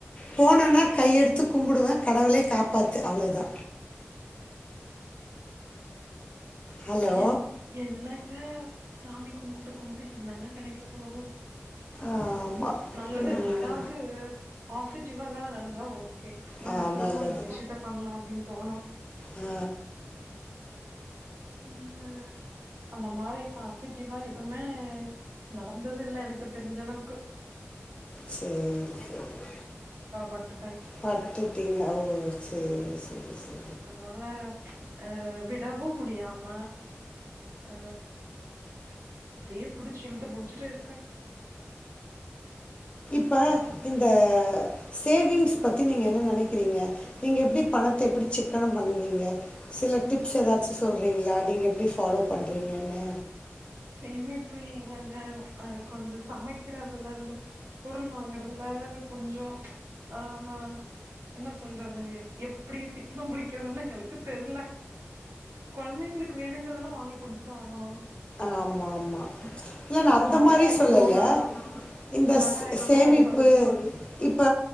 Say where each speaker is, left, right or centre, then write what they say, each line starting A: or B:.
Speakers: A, on the left; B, on the right.
A: போனனா கையெடுத்து கும்புடுவ கடவுளே காப்பாத்து அவ்ளதா ஹலோ
B: என் என்னங்க சாமி கும்புட்டு கும்புட்டு என்னங்க கெடைக்க போது
A: ஆமா
B: நல்லது
A: ம்,
B: நா அதாவுது பாசி ட்டிவா எதா நடந்தா ஓ கே நம்ம
A: ஆ,
B: திரும்ப
A: நல்லது
B: அந்த விஷ்யத்த பண்லா அப்டின் தோனு
A: ஆ,
B: இங்க அந்த மாரி பாசிட்டிவா எதுவுமே நடந்ததில்ல எனக்கு தெரிஞ்சளவுக்கு
A: சேரி சேரி
B: பட்டுட்டே
A: பட்டுட்டீங்க ஓ சேரி சேரி சே
B: அதுனால அ விடவு முடியாம ஆ ரி புடுச்சு இழுத்து புடுச்சுட்டு இருக்கே
A: ப்ப இந்த சேவிங்ஸ் பத்தி நீங்க என்ன நெனைக்கிறீங்க? நீங்க எப்டி பணத்த எப்டி சிக்கனம் பண்ணுவீங்க? சில டிப்ஸ் எதாச்சு சொல்றீங்ளா நீங்கள் எப்டி ஃபாலோ பண்றீங்கன்னு
B: சேமிப்பு எங்கங்க அது கொஞ்சொ சமைக்கிறதுல இந்த பொருள் வாங்குறதுல அது கொஞ்சொ ஆஹ என்ன சொல்றது எப்டி சிக்கனம் புடிக்கிறதுனு எனக்கு தெர்ல கொழந்தைங்ளுக்கு வேணுங்கிறதுலா வாங்கி குடுத்துதா ஆகனு
A: ஆமா ஆமா இல்ல நா அந்த மாரி
B: கடைக்கு
A: சொல்லல
B: போகாம
A: இந்த
B: கட ஐட்டம்ஸ்
A: சேமிப்பு
B: அதிகமா
A: இப்ப